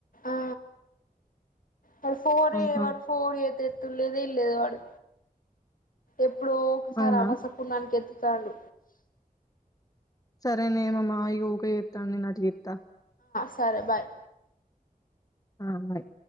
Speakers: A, on the left; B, on the left.
A: ఆ వన్ ఫోర్
B: ఆహా
A: ఏ వన్ ఫోర్ ఏతే తున్ లేదే ఏం లేదు వాడు ఎప్పుడో ఒకసారి
B: అవునా
A: అమావాస్య పున్నానికి తాను
B: సరే నేమమ్మా ఈగ ఓకే చేస్తోంది ఇక చేస్తా
A: సరే బాయ్
B: ఆ బాయ్